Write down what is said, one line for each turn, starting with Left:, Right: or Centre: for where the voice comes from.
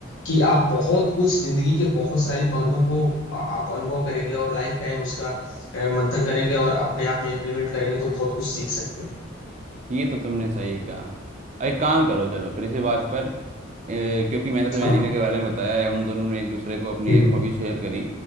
Left: कि आप बहुत कुछ जिंदगी के बहुत सारी पहलुओं को आप अनुभव करेंगे और लाइफ टाइम उसका अ, मंथन करेंगे और अपने आप में इम्प्लीमेंट करेंगे तो बहुत कुछ सीख सकते हैं
Right: ये तो तुमने सही कहा एक काम करो चलो फिर इसी बात पर ए, क्योंकि मैंने तुम्हें
Left: हाँ
Right: एनीमे के बारे में बताया है हम दोनों ने एक दूसरे को अपनी
Left: हम्म,
Right: एक हॉबी शेयर करी